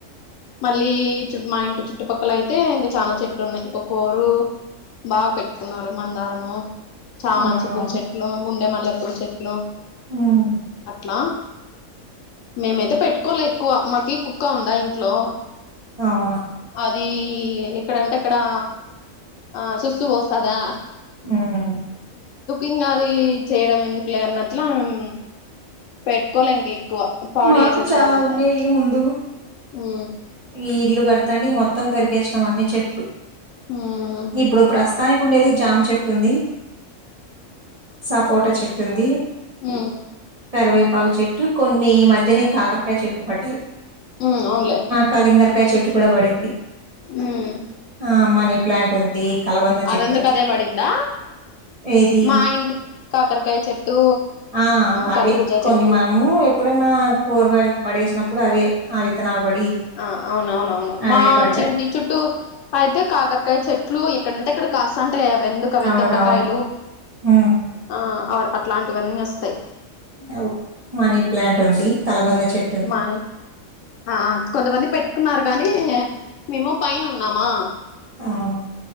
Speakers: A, on the left; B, on the right.
A: మళ్ళీ చు మా ఇంటి చుట్టుపక్కల అయితే ఇంగా చానా చెట్లు ఉన్నాయి. ఒకోరు బాగా పెట్టుకున్నారు మందారము చామంచి
B: అవునవును
A: పూల చెట్లు, గుండె మల్లె పూల చెట్లు
B: హ్మ్
A: అట్లా. మేమైతే పెట్టుకోలే ఎక్కువ మాకి కుక్క ఉందా ఇంట్లో.
B: అవునా.
A: అది ఎక్కడంటే అక్కడా ఆ సుస్సు పోస్తాదా.
B: హ్
A: ఇంగా అది చేయడం ఎందుకులే అన్నట్లా మేం పెట్టుకోలే ఇంకే ఎక్కువా పాడు
B: మాకు
A: చేసేస్తాది
B: చాలా
A: అది అంతా
B: ఉండేయి
A: అని.
B: ముందు
A: హ్
B: ఈ ఇల్లు కడతాంటే మొత్తం పెరికేసినాం అన్ని చెట్లు.
A: ఉమ్
B: ఇప్పుడు ప్రస్తుతాని కి ఉండేది జామ చెట్టు ఉంది, సపోటా చెట్టు ఉంది.
A: హ్మ్
B: కరివేపాకు చెట్టు కొన్నీ ఈ మధ్యనే కాకరకాయ చెట్లు పడ్డయి.
A: ఉ అవునులే.
B: కలింగరకాయ చెట్టు కూడా పడింది.
A: ఉమ్
B: ఆ మనీ ప్లాంట్ ఉంది. కలబంద చెట్టుంది.
A: అదందుకు అదే పడిందా
B: ఏది
A: మా ఇంటి కాకరకాయ చెట్టు
B: ఆ అవే
A: కర్బూజా
B: కొన్ని
A: చెట్టు
B: మనము ఎప్పుడన్నా కూరగాయలు పడేసినప్పుడు అవే ఆ విత్తనాలు పడి
A: ఆ అవునవునవును. మా
B: అవే పడ్డాయి
A: చింటి చుట్టూ అయితే కాకరకాయ చెట్లు ఎక్కడ అంటే అక్కడ కాస్తాంటయి అవెందుకు అవి
B: అవునవును
A: దొండకాయలు
B: హ్మ్
A: ఆ అవును అట్లాంటివన్నీ వస్తయి.
B: ఓ మనీ ప్లాంట్ ఉంది, కలబంద చెట్టు ఉంది.
A: మా ఆ కొంతమంది పెట్టుకున్నారు గాని మేము పైన ఉన్నామా
B: ఆహా